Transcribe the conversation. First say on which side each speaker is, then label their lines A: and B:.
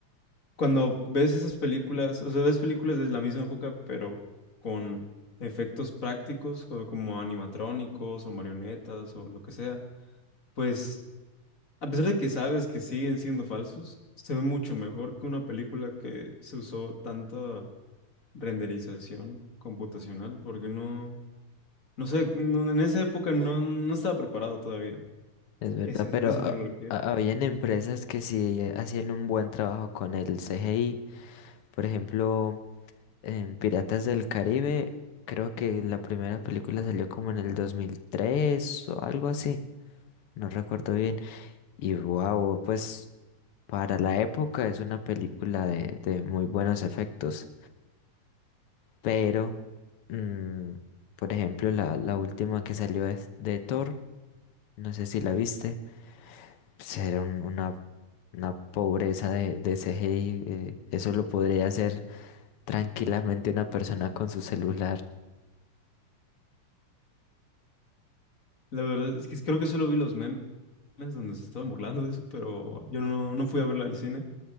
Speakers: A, on the left; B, on the left.
A: cuando ves esas películas, o sea, ves películas de la misma época, pero con efectos prácticos, co- como animatrónicos o marionetas o lo que sea, pues a pesar de que sabes que siguen siendo falsos, se ve mucho mejor que una película que se usó tanta renderización computacional, porque no... No sé, no- en esa época no, no estaba preparado todavía
B: <laughs> es verdad,
A: ese,
B: pero
A: esa
B: ah,
A: tecnología.
B: ah, habían empresas que sí hacían un buen trabajo con el CGI. Por ejemplo, en Piratas del Caribe, creo que la primera película salió como en el 2003 o algo así, no recuerdo bien. Y wow, pues para la época es una película de, de muy buenos efectos, pero, mm, por ejemplo, la, la última que salió es de Thor, no sé si la viste. ser un- una, una pobreza de, de CGI, eh, eso lo podría hacer tranquilamente una persona con su celular.
A: La verdad es que creo que solo vi los memes donde se estaban burlando de eso, pero yo no, no fui a verla al cine.